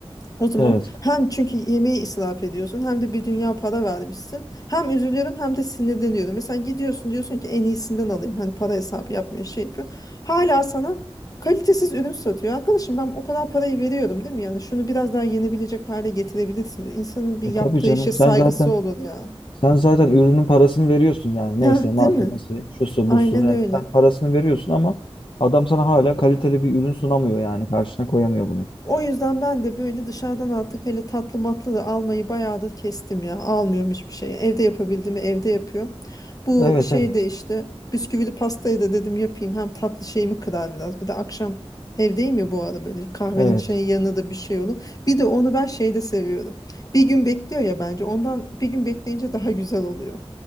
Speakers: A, on the left; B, on the left.
A: O zaman
B: Evet.
A: hem çünkü yemeği israf ediyorsun hem de bir dünya para vermişsin. Hem üzülüyorum hem de sinirleniyorum. Mesela gidiyorsun diyorsun ki en iyisinden alayım. Hani para hesabı yapmıyor şey yapıyor. Hala sana kalitesiz ürün satıyor. Arkadaşım ben o kadar parayı veriyorum değil mi? Yani şunu biraz daha yenebilecek hale getirebilirsiniz. İnsanın bir
B: E
A: yaptığı
B: tabii canım
A: işe saygısı
B: sen zaten
A: olur ya.
B: Sen zaten ürünün parasını veriyorsun yani. Neyse
A: Ha,
B: malzemesi,
A: değil mi?
B: şusu,
A: Aynen
B: busu. Yani
A: öyle.
B: sen parasını veriyorsun ama adam sana hala kaliteli bir ürün sunamıyor yani. Karşına koyamıyor bunu.
A: O yüzden ben de böyle dışarıdan artık hele tatlı matlı da almayı bayağıdır kestim ya. Almıyorum hiçbir şeyi. Evde yapabildiğimi evde yapıyorum. Bu
B: Evet
A: şeyde
B: evet.
A: de işte bisküvili pastayı da dedim yapayım. Hem tatlı şeyimi kırar biraz. Bir de akşam evdeyim ya bu ara böyle kahvenin
B: Evet.
A: çayın yanına da bir şey olur. Bir de onu ben şeyde seviyorum. Bir gün bekliyor ya bence. Ondan bir gün bekleyince daha güzel oluyor.